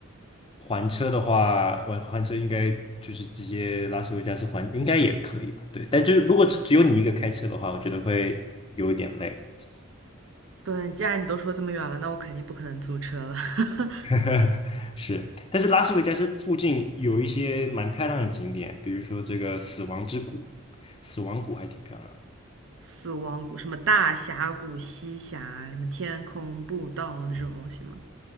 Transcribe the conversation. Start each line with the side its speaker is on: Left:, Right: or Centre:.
Left: 还车的话，还还车应该就是直接拉斯维加斯还，应该也可以吧？对，但就是如果只只有你一个开车的话，我觉得会有一点累。
Right: 对，既然你都说这么远了，那我肯定不可能租车了。<laughs>
Left: <laughs> 是，但是拉斯维加斯附近有一些蛮漂亮的景点，比如说这个死亡之谷，死亡谷还挺漂亮的。
Right: 死亡谷，什么大峡谷、西峡，什么天空步道那种东西吗？